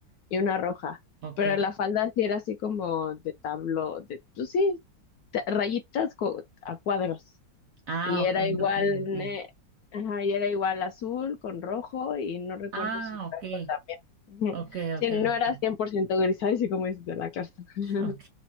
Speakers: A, on the left (about 70°); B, on the right (about 70°).
A: y una roja.
B: Ok.
A: Pero la falda sí era así como de tablo, de, pues sí, ta- rayitas co- a cuadros.
B: Ah,
A: Y
B: ok,
A: era igual,
B: ok,
A: ne-
B: ok.
A: ajá, y era igual azul con rojo y no recuerdo
B: Ah,
A: si blanco
B: ok,
A: también. Ujú.
B: ok,
A: Sí,
B: ok.
A: no
B: ok.
A: era 100% gris, ay, sí, como dices de la carta. <laughs>
B: Ok,